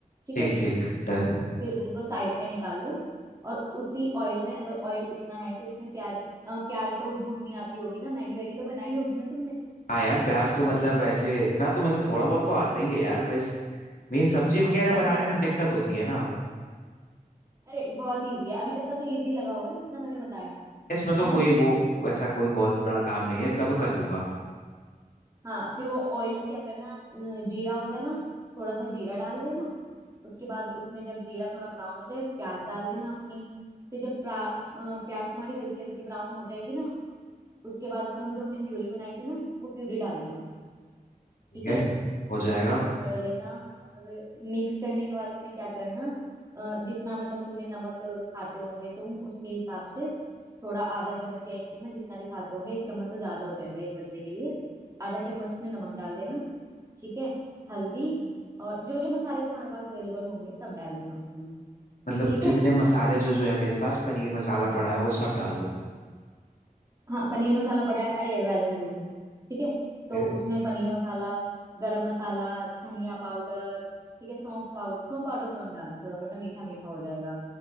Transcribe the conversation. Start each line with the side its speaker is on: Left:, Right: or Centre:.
Right: ठीक
Left: ठीक
Right: है
Left: ठीक डन
Right: फिर उनको साइड में निकाल लो और उसी ऑयल में अगर ऑयल इतना है कि उसमें प्याज अ, प्याज तो भूननी आती होगी ना मैगी वैगी तो बनाई होगी ना तुमने
Left: हाँ यार प्याज
Right: <laughs>
Left: तो मतलब ऐसे इतना तो मतलब थोड़ा बहुत तो आता ही है यार बस मेन सब्जी वगैरह बनाने
Right: अच्छा अच्छा
Left: में दिक्कत
Right: हाँ
Left: होती है ना
Right: अरे बहुत इजी है अभी तक का तो इजी लगा होगा ना जितना मैंने बताया
Left: इसमें तो
Right: है
Left: कोई
Right: ना
Left: वो ऐसा कोई बहुत बड़ा काम नहीं है इतना तो कर लूंगा
Right: हाँ फिर वो ऑयल में क्या करना अ, जीरा होता है ना थोड़ा सा जीरा डाल देना उसके बाद उसमें जब जीरा थोड़ा ब्राउन हो जाए प्याज डाल देना अपनी फिर जब प्रा- अ, प्याज तुम्हारी हल्की हल्की ब्राउन हो जाएगी ना उसके बाद उसमें वो जो हमने प्यूरी बनाई थी ना वो प्यूरी डाल देना
Left: ठीक
Right: ठीक
Left: है
Right: है
Left: हो
Right: उसको
Left: जाएगा
Right: मिक्स कर लेना और मिक्स करने के बाद उसमें क्या करना अ, जितना मतलब तुम्हें नमक खाते होंगे तुम उसके हिसाब से थोड़ा आधा चम्मच या एक चम्मच जितना भी खाते होंगे एक चम्मच से ज्यादा हो जाएगा एक बंदे के लिए आधा चम्मच इसमें नमक डाल देना ठीक है हल्दी और जो जो मसाले तुम्हारे पास अवेलेबल होंगे सब डाल देना उसमें
Left: मतलब
Right: ठीक
Left: जितने
Right: है
Left: मसाले जो जो है मेरे पास पनीर मसाला पड़ा है वो सब डाल दूं
Right: हाँ पनीर मसाला पड़ा है अरे वैलेंट गुड ठीक है
Left: ठीक
Right: तो
Left: है
Right: उसमें पनीर मसाला गरम मसाला धनिया पाउडर ठीक है सौंफ पाउडर सौंफ पाउडर कम डालना थोड़ा वरना मीठा मीठा हो जाएगा